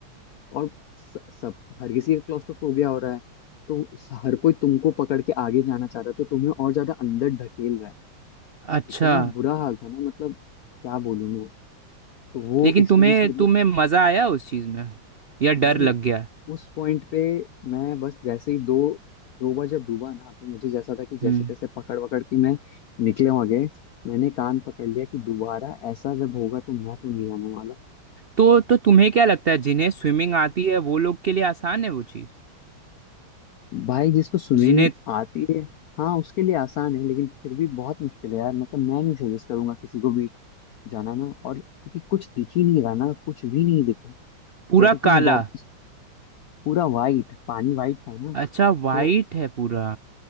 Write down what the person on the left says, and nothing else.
और स- सब हर किसी का क्लॉस्ट्रोफोबिया हो रहा है तो स- हर कोई तुमको पकड़ के आगे जाना चाह रहा है तो तुम्हें और ज्यादा अंदर ढकेल रहा है
इतना बुरा हाल था ना मतलब क्या बोलूं मैं तो वो
एक्सपीरियंस
मतलब
भाई
उस पॉइंट पे मैं बस जैसे ही दो दो बार जब डूबा ना तो मुझे जैसा था कि जैसे
तैसे पकड़ वकड़ के मैं निकले आगे मैंने कान पकड़ लिया कि दोबारा ऐसा जब होगा तो मैं तो नहीं जाने वाला
भाई जिसको स्विमिंग
आती है हाँ उसके लिए आसान है लेकिन फिर भी बहुत मुश्किल है यार मतलब मैं नहीं सजेस्ट करूंगा किसी को भी जाना ना और क्योंकि कुछ दिख ही नहीं रहा ना कुछ भी नहीं दिख रहा
या तो तुम
गॉगल्स पूरा वाइट पानी वाइट था ना
तो